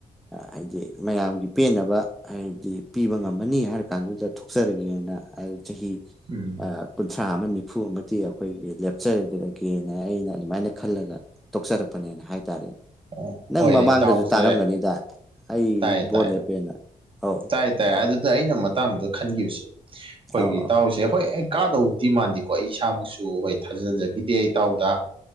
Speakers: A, in the centre; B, on the right (about 35°).
A: ꯍꯥꯏꯗꯤ ꯃꯌꯥꯝꯒꯤ ꯄꯦꯟꯅꯕ ꯍꯥꯏꯔꯗꯤ ꯄꯤꯕ ꯉꯝꯃꯅꯤ ꯍꯥꯏꯔꯀꯥꯟꯗꯨꯗ ꯊꯣꯛꯆꯔꯒꯦꯅ ꯑꯩ ꯆꯍꯤ
B: ꯎꯝ
A: ꯑꯥ ꯀꯨꯟꯊ꯭ꯔꯥ ꯑꯃ ꯅꯤꯐꯨ ꯑꯃꯗꯤ ꯑꯩꯈꯣꯏꯒꯤ ꯂꯦꯞꯆꯈꯗꯒꯦꯅ ꯑꯩꯅ ꯑꯗꯨꯃꯥꯏꯅ ꯈꯜꯂꯒ ꯇꯣꯛꯆꯔꯛꯄꯅꯦꯅ ꯍꯥꯏꯇꯥꯔꯦꯅꯦ
B: ꯑꯣ
A: ꯅꯪ
B: ꯍꯣꯏ
A: ꯃꯃꯥꯡꯗꯁꯨ
B: ꯏꯇꯥꯎꯁꯦ
A: ꯇꯥꯔꯝꯒꯅꯤꯗ ꯑꯩ
B: ꯇꯥꯏ
A: ꯕꯣꯠ
B: ꯇꯥꯏ
A: ꯂꯦꯞꯄꯦꯅ ꯑꯧ
B: ꯇꯥꯏ ꯇꯥꯏ ꯑꯗꯨꯗ ꯑꯩꯅ ꯃꯇꯥꯡꯗꯨꯗ ꯈꯟꯈꯤꯕꯁꯦ ꯑꯩꯈꯣꯏꯒꯤ
A: ꯑꯧ ꯑꯧ
B: ꯇꯥꯎꯁꯦ ꯍꯣꯏ ꯑꯩ ꯀꯥꯗꯧ ꯗꯤ ꯃꯥꯟꯗꯦꯀꯣ ꯑꯩ ꯏꯁꯥꯃꯛꯁꯨ ꯍꯣꯏ ꯊꯥꯖꯖꯒꯤꯗꯦ ꯏꯇꯥꯎꯗ